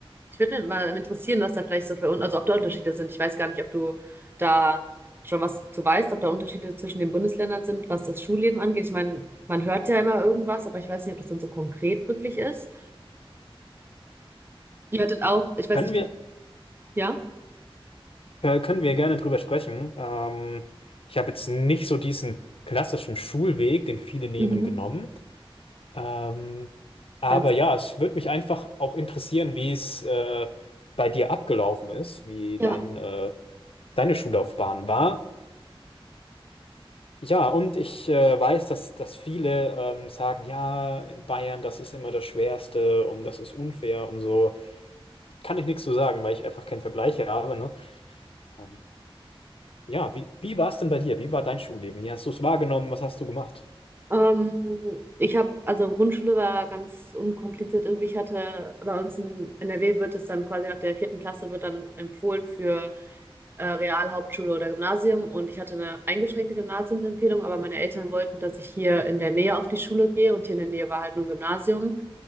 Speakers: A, on the right; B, on the left.
A: Ich würde mal interessieren, was da vielleicht so für, un- also ob da Unterschiede sind. Ich weiß gar nicht, ob du da schon was zu weißt, ob da Unterschiede zwischen den Bundesländern sind, was das Schulleben angeht. Ich meine, man hört ja immer irgendwas, aber ich weiß nicht, ob das dann so konkret wirklich ist. Ihr hattet auch, ich weiß
B: Können
A: nicht,
B: wir,
A: du, ja?
B: äh, können wir gerne drüber sprechen. Ähm, ich habe jetzt nicht so diesen klassischen Schulweg, den viele nehmen,
A: Mhm.
B: genommen. Ähm, aber
A: Dann ist,
B: ja, es würde mich einfach auch interessieren, wie es äh, bei dir abgelaufen ist, wie
A: ja.
B: dein, äh, deine Schullaufbahn war. Ja, und ich äh, weiß, dass, dass viele ähm, sagen, ja, in Bayern, das ist immer das Schwerste und das ist unfair und so. Kann ich nichts zu sagen, weil ich einfach keinen Vergleich habe, ne? Ähm, ja, wie, wie war es denn bei dir? Wie war dein Schulleben? Wie hast du es wahrgenommen? Was hast du gemacht?
A: Ähm, ich habe, also Grundschule war ganz unkompliziert irgendwie. Ich hatte bei uns in NRW wird es dann quasi nach der vierten Klasse wird dann empfohlen für äh, Real, Hauptschule oder Gymnasium. Und ich hatte eine eingeschränkte Gymnasiumsempfehlung, aber meine Eltern wollten, dass ich hier in der Nähe auf die Schule gehe und hier in der Nähe war halt nur ein Gymnasium.